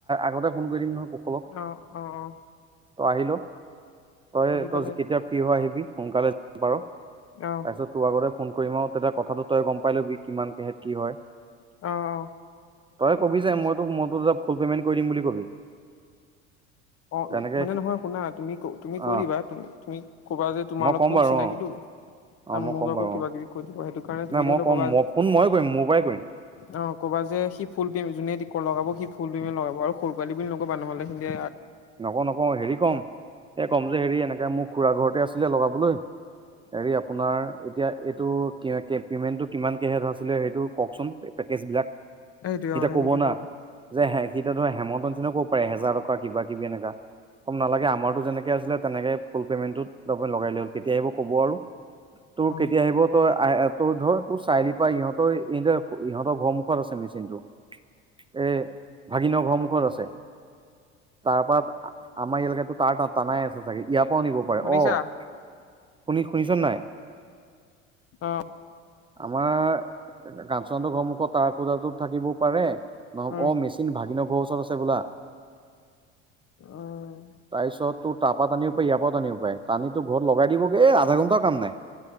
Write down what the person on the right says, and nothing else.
আগতেই ফোন কৰি দিম নহয়। কুশলক
তই আহি ল, তই তই
কেতিয়া ফ্ৰী হ, আহিবি সোনকালে পাৰ। তাৰপিছত
তোৰ আগতে ফোন কৰিম আৰু তেতিয়া কথাটো তই গম পাই লবি কিমান কেহত কি হয়
তই কবি
যে মইতো মইতো ফুল পেমেন্ট কৰি দিম বুলি কবি।
তেনেকে
অ
মই ক'ম বাৰু
অ অ
মই
ক'ম
বাৰু
অ
নাই
মই
ক'ম
মই
ফোন ময়ে কৰিম মোৰ পৰাই কৰিম
নকও নকও, হেৰি কম, এই ক'ম যে হেৰি এনেকে মোৰ খুৰা ঘৰতে আছিলে লগাবলৈ। হেৰি আপোনাৰ এতিয়া এইটো কে কে পেমেণ্টটো কিমানকেহে আছিলে সেইটো কওকচোন পেকেজ বিলাক।
সি এতিয়া
ক'ব না
যে হে সি এতিয়া ধৰ হেম ক'ব পাৰে এ হেজাৰ টকা কিবা কিবি এনেকা। কম নালাগে আমাৰতো যেনেকে আছিলে তেনেকে ফুল পেমেন্টটোত তপ লগাই ললে হল। কেতিয়া আহিব কব আৰু। তোৰ
কেতিয়া আহিব তই আহ তই ধৰ তোৰ চাৰিলি পৰা ইহঁতৰ এ ইহঁতৰ ঘৰ মুখত আছে মেচিনটো। এ ভাগিনৰ ঘৰৰমুখত আছে। তাৰ পৰা আমাৰ এলেকাটো তাৰ তাত টানাই আছে চাগে ইয়াৰ পৰাও নিব পাৰে।
অ', শুনি শুনিছ নাই?
আমাৰ <unintelligible> হতৰ ঘৰৰ মুখত তাৰ <unintelligible> টোত থাকিব পাৰে নহ, অ',
মেচিন ভাগিনৰ ঘৰৰ ওচৰত আছে বোলা।
তাৰপিছত তো তাৰ পৰা টানিবও পাৰি, ইয়াৰ পৰা টানিও পাৰে। টানি তোৰ ঘৰত লগাই দিবগে, এ আধা ঘণ্টাও কাম নাই।